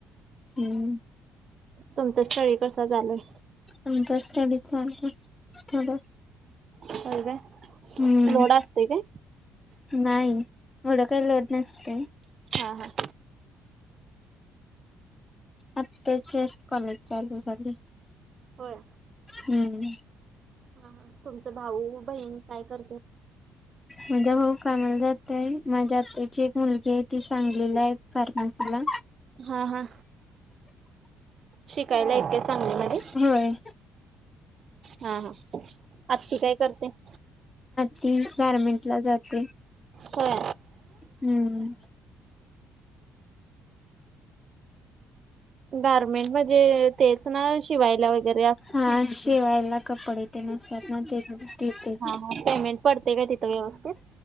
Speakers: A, on the left; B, on the right.
A: हम्म!
B: तुमचा स्टडी कस चालू आहे?
A: आमचा स्टडी छान थोडं
B: होय काय?
A: हम्म,
B: लोड असतोय काय?
A: नाही एढं काही लोड नसतय.
B: हा हा.
A: आत्ताच जस्ट कॉलेज चालू झाली.
B: होय.
A: हूं
B: हा तुमचे भाऊ बहीण काय करतात.
A: माझा भाऊ कामाला जातोय माझ्या आत्याची एक मुलगी आहे ती सांगलीला आहे फार्मसीला
B: हा हा शिकायला हाईत सांगलीमध्ये काय
A: होय.
B: हा हा आत्ती काय करते?
A: ती गारमेंट ला जाते
B: होय.
A: हम्म
B: गार्मेंट म्हणजे तेच ना शिवायला वगैर
A: हा शिवायला कपडे तेनं असतात ना ते तिथेच
B: हा हा पेमेंट पडते काय तिथं व्यवस्थीत